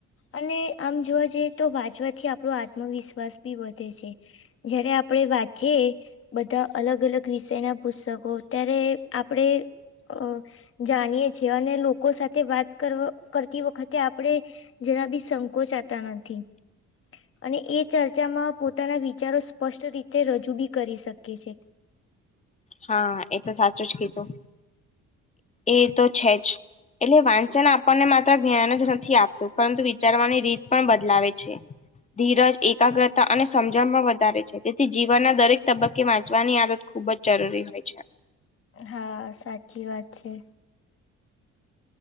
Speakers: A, on the left (about 45°); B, on the left (about 25°).
A: અને આમ જોવા જઈએ તો વાંચવાથી આપણો આત્મવિશ્વાસ બી વધે છે જયારે આપડે વાંચીએ બધા અલગ અલગ વિષય ના પુસ્તકો અત્યારે આપડે અ જાણીએ છીએ અને લોકો સાથે વાત કર કરતી વખત કે આપડણે જરા બી સંકોચાતા નથી. અને એ ચર્ચામાં પોતાના વિચારો સ્પષ્ટ રીતે રજૂ બી કરી શકે છે.
B: હા એ તો સાચું જ કીધું એ તો છે જ. એટલે વાંચન આપણને માત્ર જ્ઞાન જ નથી આપતું પરંતુ વિચારવાની રીત પણ બદલાવે છે. ધીરજ એકાગ્રતા અને સમજણમાં વધારે છે. તેથી જીવનના દરેક તબક્કે વાંચવાની આદત ખુબ જ જરૂરી હોય છે.
A: હા સાચી વાત છે.